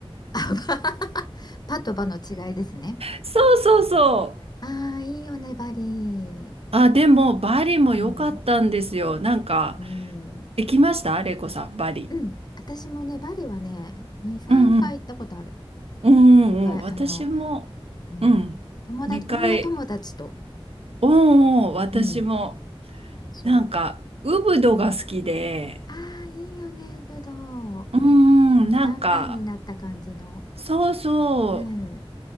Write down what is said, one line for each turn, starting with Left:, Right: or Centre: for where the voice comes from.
Left: あば <laughs> パとバの違いですね。
Right: そうそうそう。
Left: ああ、いいよね、バリ
Right: あ、でも、バリも良かったんですよ。
Left: ー。うん、
Right: なんか、
Left: うん、
Right: 行きましたレイコさん、バリ。
Left: うん。私もね、バリはね、2、3回行ったことある。
Right: うんうん。うんうん、
Left: 昔、
Right: 私も、
Left: あの、うん。
Right: うん、
Left: 友達、
Right: 2回、
Left: 女友達と。
Right: うんうん、私も、
Left: うん。そう。
Right: なんか、ウブドが好きで、
Left: ああ、いいよね、ぶどう。
Right: うんうん、
Left: あの、
Right: なんか、
Left: だんだんになった感じの。
Right: そうそう、
Left: うん。